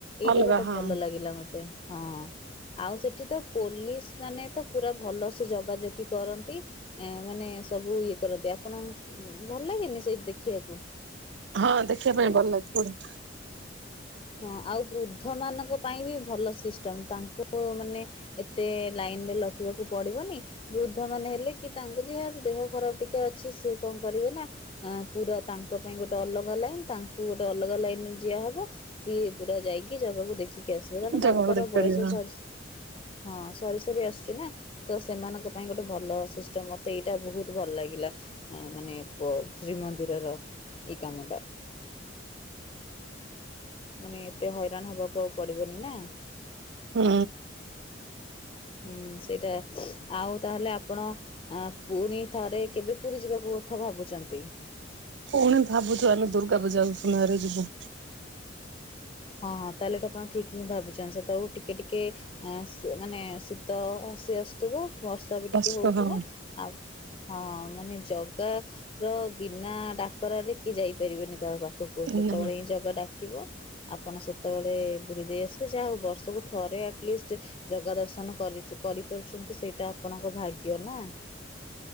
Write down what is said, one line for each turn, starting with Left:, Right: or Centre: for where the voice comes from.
Left: ଏଇଟା
Right: ଅଲଗା
Left: ଗୋଟେ
Right: ହଁ
Left: ଭଲ ଲାଗିଲା ମତେ। ହଁ ଆଉ ସେଠି ତ ପୋଲିସ୍ ମାନେ ତ ପୁରା ଭଲ ସେ ଜଗାଜଗି କରନ୍ତି। ଏଁ- ମାନେ ସବୁ ଇଏ କରନ୍ତି ଆପଣ ଭଲ ଲାଗେନି ସେଇଠି ଦେଖିବାକୁ।
Right: ହଁ ଦେଖିବା ପାଇଁ ଭଲ୍ ଲାଗୁଥିବ।
Left: ହଁ ଆଉ ବୃଦ୍ଧ ମାନଙ୍କ ପାଇଁ ବି ଭଲ ସିଷ୍ଟମ୍ ତାଙ୍କୁ ମାନେ ଏତେ ଲାଇନ୍ ରେ ଲଖିବାକୁ ପଡିବନି। ବୃଦ୍ଧ ମାନେ ହେଲେ କି ତାଙ୍କ ଯିଏ ଦେହ ଖରାପ୍ ଟିକେ ଅଛି ସିଏ କଣ କରିବେ ନା ଅଁ- ପୁରା ତାଙ୍କ ପାଇଁ ଗୋଟେ ଅଲଗା ଲାଇନ୍ ତାଙ୍କୁ ଗୋଟେ ଅଲଗା ଲାଇନ୍ ରେ ଯିଆହବ। ସିଏ ପୁରା ଯାଇକି ଜଗାକୁ ଦେଖିକି ଆସିବେ କାହିଁକିନା
Right: ଜାଗାକୁ
Left: ତାଙ୍କର
Right: ଦେଖିପାରିବେ
Left: ବୟସ
Right: ହଁ
Left: ସରି‌ ସ ହଁ ସରି ସରି ଆସୁଚି ନା। ତ ସେମାନଙ୍କ ପାଇଁ ଗୋଟେ ଭଲ ସିଷ୍ଟମ୍ ମତେ ଏଇଟା ବହୁତ୍ ଭଲ୍ ଲାଗିଲା। ଆ- ମାନେ ପ- ଶ୍ରୀମନ୍ଦିରର ଏଇ କାମଟା ମାନେ ଏତେ ହଇରାଣ୍ ହବାକୁ ଆଉ ପଡିବନି ନା।
Right: ହୁଁ।
Left: ହୁଁ ସେଇଟା ଆଉ ତାହେଲେ ଆପଣ ଆ -ପୁଣି ଥରେ କେବେ ପୁରୀ ଯିବାକୁ କଥା ଭାବୁଚନ୍ତି?
Right: ପୁଣି ଭାବୁଚୁ ଆମେ ଦୁର୍ଗା ପୂଜାକୁ ଆଶ୍ୱିନରେ ଯିବୁ।
Left: ହଁ -ହଁ ତାହେଲେ ଏଟା ଆପଣ ଠିକ୍ ହିଁ ଭାବିଚନ୍ତି ସେତେବେଳକୁ ଟିକେ ଟିକେ ଆଁ -ସ୍ ମାନେ ଶୀତ ଆସି ଆସୁଥିବ ବର୍ଷା ବି
Right: ବସ
Left: ଟିକେ ହଉଥିବ
Right: ହଁ
Left: ଆଉ-ଆ- ମାନେ ଜଗା ର ବିନା ଡାକରାରେ କିଏ ଯାଇପାରିବେନି ତା ପାଖକୁ
Right: ହଁ
Left: ସେତେବେଳେ ହିଁ ଜଗା ଡାକିବ ଆପଣ ସେତେବେଳେ ବୁଲି ଦେଇ ଆସିବେ ଯାହା ହଉ ବର୍ଷକୁ ଥରେ ଆଟଲିଷ୍ଟ୍ ଜଗା ଦର୍ଶନ କରି -କରିପାରୁଛଚନ୍ତି ସେଇଟା ଆପଣଙ୍କ ଭାଗ୍ୟ ନା।